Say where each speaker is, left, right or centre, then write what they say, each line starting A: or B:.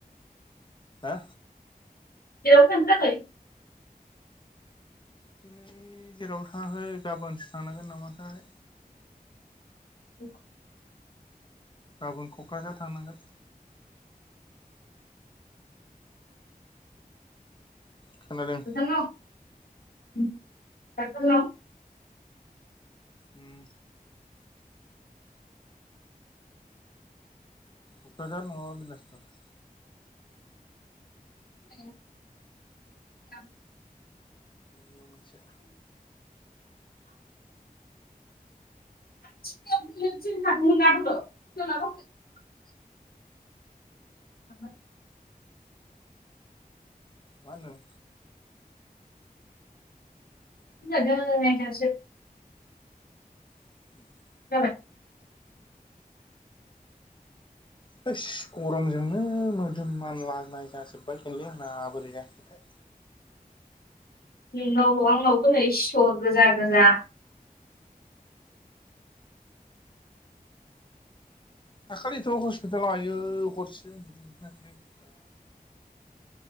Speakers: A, on the left; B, on the left.
A: हा?
B: जेरावबो थांनो जायाखै?
A: दिनै जेराव थांङाखै गाबोनसो थांनांगोन नामाथाय।
B: <unintelligible>
A: गाबोन क'क्राझार थांनांगोन। खोनादों
B: <unintelligible>
A: उम। क'क्राझार नङाबा बिलासपारा।
B: <unintelligible>
A: बेयाव मोनसे।
B: <unintelligible> <unintelligible>
A: मा होनदों?
B: <unintelligible>
A: <unintelligible>
B: <unintelligible>
A: हैस गरमजोंनो मोदोम मानलानाय जाजोब्बायगोनलै आंना बोरै जाखोथाय?
B: नोंनावल' आंनावथ' नै सिथर गोजा गोजा।
A: दाखालिथ' हस्पिटालाव आयो हरसे उन्दुनो मोनखायाखैलै बा